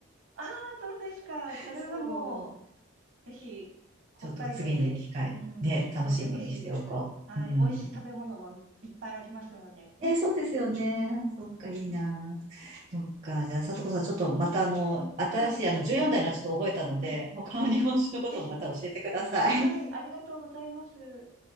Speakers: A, on the right; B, on the right.
A: ああ、そうですか。
B: <laughs>
A: それはもう、
B: そう。
A: ぜひ、北海道で、
B: ちょっと次に機会、
A: うん、
B: ね、楽しみにしておこう。
A: 飲んでほしいです。はい。
B: うん。
A: 美味しい食べ物もいっぱいありますので。
B: えー、そうですよね。
A: うん。
B: そっか、いいな。そっか。じゃあ、さとこさん、ちょっとまたあの、新しいあの、
A: はい。
B: 14代のはちょっと覚えたので、
A: え、
B: 他の日本酒のこともまた教えてください。
A: え、ぜひ。はい。ありがとうございます。